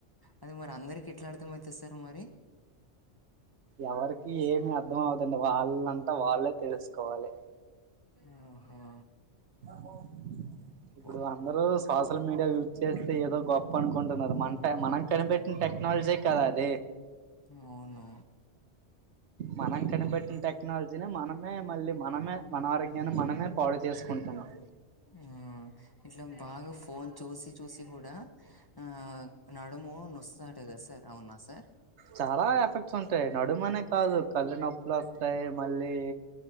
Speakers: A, on the left; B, on the right.
A: అది మరి అందరికి ఎట్లా అర్థం అ అయితది సార్ మరి
B: ఎవరికి ఏమి అర్థం అవదండి వాళ్ళంతా వాళ్ళే తెలుసుకోవాలి
A: ఆహా
B: ఆ ఇప్పుడు
A: ఓ
B: అందరుూ సోషల్ మీడియా యూజ్ చేస్తే ఏదో గొప్ప అనుకుంటున్నరు మన మనం కనిపెట్టి టెక్నాలజీ కదా అది
A: అవును
B: మనం కనిపెట్టిన టెక్నాలజీని మనమే మళ్ళీ మనమే మన ఆరోగ్యాన్ని మనమే పాడు చేసుకుంటున్నాం
A: ఆ ఇట్లా బాగా ఫోన్ చూసి చూసి కూడా ఆ నడుము నొష్టదంట కదా సార్ అవునా సార్
B: చాలా ఎఫెక్ట్స్ ఉంటాయి నడుమనే కాదు కళ్ళు నొప్పులు వస్తాయి
A: హ్మ్
B: మళ్ళీ